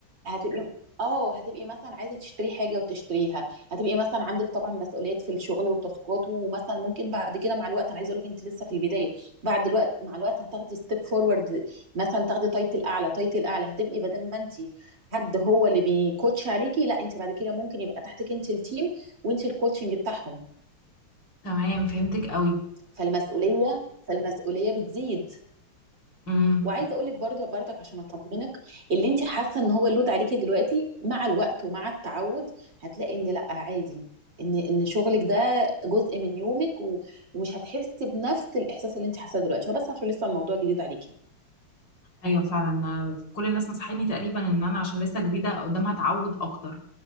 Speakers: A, on the right (about 55°); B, on the left (about 55°).
A: هتبقي اه هتبقي مثلا عايزه تشتري حاجه وتشتريها هتبقي مثلا عندك طبعا مسؤوليات في الشغل وتاسكات ومثلا ممكن بعد كده مع الوقت انا عايزه اقول لك انت لسه في البدايه بعد الوقت مع الوقت هتاخدي ستيب فورورد مثلا تاخدي تايتل اعلى تايتل اعلى هتبقي بدل ما انت حد هو اللي بيكوتش عليكي لا انت بعد كده ممكن يبقى تحتك انت التيم وانت الكوتشنج بتاعهم
B: تمام فهمتك قوي
A: فالمسؤوليه فالمسؤوليه بتزيد
B: امم
A: وعايزه اقول لك برضه برضك عشان اطمنك اللي انت حاسه ان هو لود عليكي دلوقتي مع الوقت ومع التعود هتلاقي ان لا عادي ان ان شغلك ده جزء من يومك و- ومش هتحسي بنفس الاحساس اللي انت حاساه دلوقتي هو بس عشان لسه الموضوع جديد عليكي
B: ايوه فعلا أنا كل الناس نصحتني تقريبا ان انا عشان لسه جديده قدامها اتعود اكتر